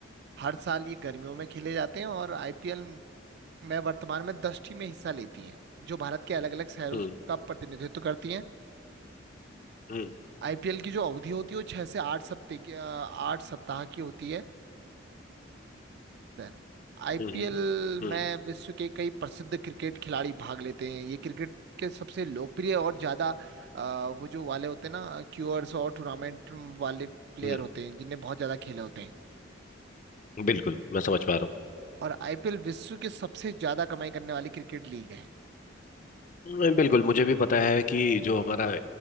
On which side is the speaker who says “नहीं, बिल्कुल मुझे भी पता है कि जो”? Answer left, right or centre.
Left